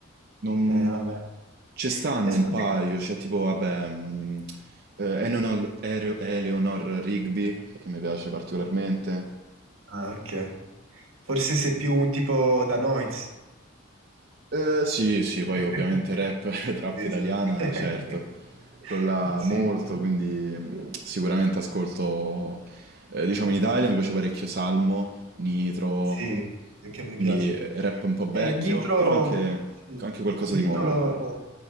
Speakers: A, on the right; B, on the right.
A: Non...
B: Eh, vabbè.
A: Ci stanno
B: E
A: un
B: scusa,
A: paio, c'è tipo, vabbè, mm, eh, Eleanor, Ere- Eleanor Rigby, che mi piace particolarmente.
B: Ah, ok. Forse sei più un tipo da Noiz.
A: Eh, sì, sì, poi
B: <laughs>
A: ovviamente rap, <laughs> trap
B: Sì.
A: italiana,
B: Sì, <laughs>
A: certo, quella
B: Sì,
A: molto,
B: eh,
A: quindi mh, sicuramente ascolto, eh, diciamo
B: eh,
A: in Italia mi piace parecchio Salmo, Nitro,
B: sì, anche a me
A: quindi
B: piace.
A: eh, rap un po'
B: Eh,
A: vecchio,
B: Nitro,
A: però anche,
B: sì,
A: anche qualcosa
B: Nitro
A: di nuovo.
B: lo, eh,